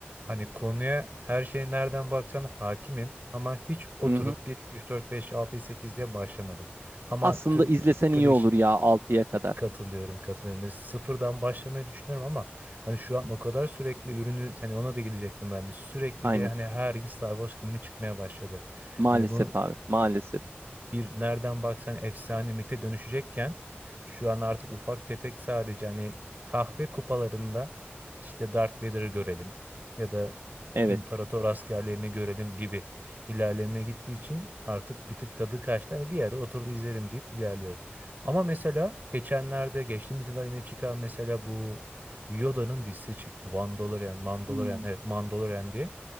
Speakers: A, on the right; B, on the right.
A: Hani konuya her şey nereden baksan hakimim ama hiç oturup
B: Hı hı.
A: 1, 2, 3, 4, 5, 6, 8 diye başlamadım. Ama
B: Aslında
A: tüm
B: izlesen
A: kliş
B: iyi olur ya altıya kadar.
A: katılıyorum, katılıyorum. Ve sıfırdan başlamayı düşünüyorum ama hani şu an o kadar sürekli ürünü, hani ona da gelecektim ben de. Sürekli
B: Aynen.
A: bir hani her yıl Star Wars filmi çıkmaya başladı.
B: Maalesef
A: Hani bunu
B: abi. Maalesef.
A: bir nereden baksan efsane mite dönüşecekken şu an artık ufak tefek sadece hani kahve kupalarında işte Darth Vader'ı görelim ya da
B: Evet.
A: imparator askerlerini görelim gibi ilerlemeye gittiği için artık bir tık tadı kaçtı. Hani bir yere oturur izlerim deyip ilerliyorum. Ama mesela geçenlerde geçtiğimiz yıllar yine çıkan mesela bu Yoda'nın dizisi çıktı. Mandalorian, Mandalorian,
B: Hmm,
A: evet Mandalorian diye.